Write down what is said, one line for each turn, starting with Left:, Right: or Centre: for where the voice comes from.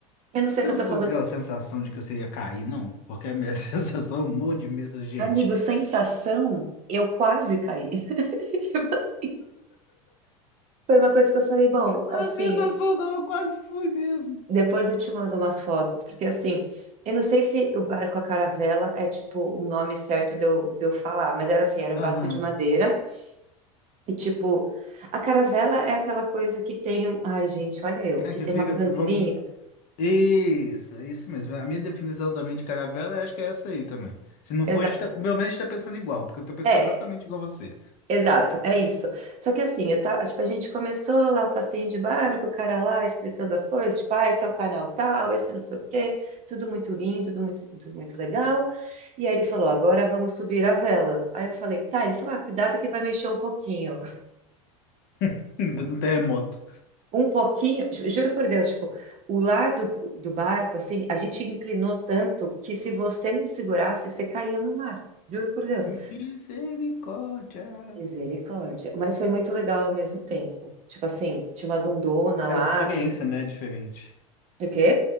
Right: eu não sei
Left: Você
Right: se
Left: não
Right: eu tô
Left: ficou
Right: falando,
Left: com aquela sensação de que você ia cair, não? Porque a minha <laughs> sensação, eu morro de medo, da gente.
Right: amigo, sensação, eu quase caí. <laughs> Foi uma coisa que eu falei, bom,
Left: A
Right: assim,
Left: sensação não, eu quase fui mesmo.
Right: depois eu te mando umas fotos, porque assim, eu não sei se o barco a caravela é tipo o nome certo de eu, de eu falar, mas era assim, era
Left: Aham.
Right: um barco de madeira e tipo, a caravela é aquela coisa que tem, um- ai gente, olha eu,
Left: É
Right: que
Left: que
Right: tem
Left: fica,
Right: uma bandeirinha.
Left: vamos... Isso, é isso mesmo. A minha definição também de caravela, eu acho que é essa aí também. Se não
Right: Exato.
Left: for, a gente tá, pelo menos a gente tá pensando igual, porque eu tô pensando
Right: É,
Left: exatamente igual você.
Right: Exato, é isso. Só que assim, eu tava, tipo, a gente começou lá o passeio de barco, o cara lá explicando as coisas, tipo, ah, esse é o canal tal, esse não sei o quê, tudo muito lindo, tudo muito, tudo muito legal. E aí ele falou, agora vamos subir a vela. Aí eu falei, tá, ele falou, ah, cuidado que vai mexer um pouquinho.
Left: <laughs> No terremoto.
Right: Um pouquinho, ju- juro por Deus, tipo, o lado do barco, assim, a gente inclinou tanto que se você não segurasse, você caía no mar. Juro por Deus.
Left: Misericórdia.
Right: Misericórdia. Mas foi muito legal ao mesmo tempo. Tipo assim, tinha umas ondonas
Left: É
Right: lá.
Left: A experiência,
Right: De...
Left: né, é diferente.
Right: O quê?